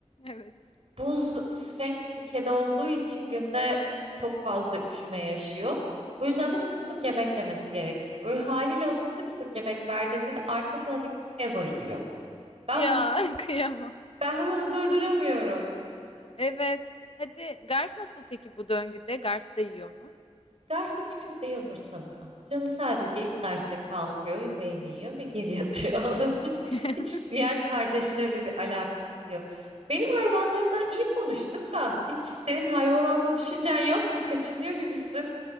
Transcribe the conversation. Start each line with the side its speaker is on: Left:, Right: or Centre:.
Left: Evet.
Right: buz Sphinx bir kedi olduğu için günde çok fazla üşüme yaşıyor. Bu yüzden de sık
Left: Evet.
Right: sık yemek yemesi gerekiyor. Öyle haliyle ona sık sık yemek verdiğimde de arta kalanı gidip Eva yiyor. Ben
Left: Ya
Right: bunu
Left: <laughs> kıyamam.
Right: <laughs> ben bunu durduramıyorum.
Left: Evet. Hadi Garf nasıl peki bu döngüde? Garf da yiyor mu?
Right: Garf hiç kimseyi umursamıyor. Canı sadece isterse kalkıyor, yemeğini yiyor ve geri yatıyor. <laughs> Onun
Left: <laughs>
Right: hiç diğer kardeşleriyle bir alakası yok. Benim hayvanlarımdan iyi konuştuk da hiç senin hayvan alma düşüncen yok mu? Kaçınıyor gibisin.